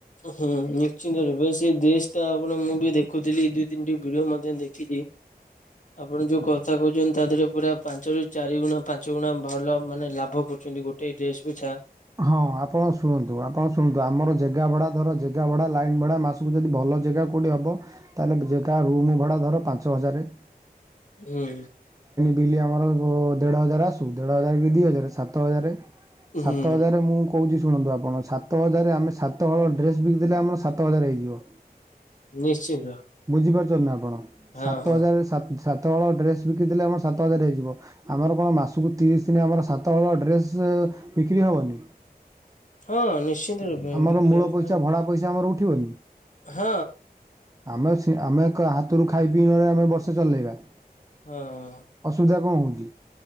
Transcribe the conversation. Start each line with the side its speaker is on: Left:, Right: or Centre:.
Left: ହୁଁ ନିଶ୍ଚିନ୍ତ ରିବସି ସେ ଡ୍ରେସ ଟା ଆପଣ ମୁଁ ବି ଦେଖୁଥିଲି ଦିଇ ତିନିଟି ଭିଡିଓ ମଧ୍ୟ ଦେଖି କି। ଆପଣ ଯୋଉ କଥା କହୁଛନ୍ତି, ତା ଦେହରେ ପୁରା ପାଞ୍ଚ ରୁ ଚାରି ଗୁଣା ପାଞ୍ଚ ଗୁଣା ଭଲ ମାନେ ଲାଭ କରୁ ଛନ୍ତି ଗୋଟେ ଡ୍ରେସ୍ ଛା
Right: ହଁ ଆପଣ ଶୁଣନ୍ତୁ ଆପଣ ଶୁଣନ୍ତୁ ଆମର ଜାଗା ଭଡା ଧର ଜାଗା ଭଡ଼ା ଲାଇନ୍ ଭଡ଼ା ମାସକୁ ଯଦି ଭଲ ଜାଗା କେଉଁଠି ହେବ ତାହେଲେ ଜାଗା ରୁମ୍ ଭଡ଼ା ଧର ପାଞ୍ଚ ହଜାରେ <inaudible>
Left: ହୁଁ।
Right: ବିଲ୍ ଆମର ଦେଢ଼ ହଜାର ଆସୁ ଦେଢ଼ ହଜାର କି ଦୁଇ ହଜାର ସାତ ହଜାରେ
Left: ହୁଁ।
Right: ଛଅ ହଜାରେ ମୁଁ କହୁଛି ଶୁଣନ୍ତୁ ଆପଣ ସାତ ହଜାରେ ସାତ ହଳ ଡ୍ରେସ୍ ବିକିଦେଲେ ଆମର ସାତ ହଜାର ହେଇଯିବ।
Left: ନିଶ୍ଚିନ୍ତ।
Right: ବୁଝିପାରୁଛନ୍ତି ଆପଣ
Left: ହଁ
Right: ସାତ
Left: ହଁ।
Right: ହଜାର ସାତ୍ ସାତ ହଳ ଡ୍ରେସ୍ ବିକିଦେଲେ ଆମର ସାତ ହଜାର ହେଇଯିବ, ଆମର କଣ ମାସକୁ ତିରିଶି ଦିନିଆ ଆମର ସାତ ହଳ ଡ୍ରେସେ ବିକ୍ରି ହବନି
Left: ହଁ ନିଶ୍ଚିନ୍ତ ରୂପେ
Right: ଆମର
Left: ବିକ୍ରି
Right: ମୂଳ
Left: ହବ
Right: ପଇସା
Left: କାହିଁକି
Right: ଭଡା ପଇସା ଆମର ଉଠିବନି।
Left: ହଁ।
Right: ଆମେ ଆମେ ହାତରୁ ଖାଇ ପିଇ ନଲେ ଆମେ ବର୍ଷେ ଚଲେଇବା।
Left: ହଁ।
Right: ଅସୁବିଧା କଣ ହେଉଛି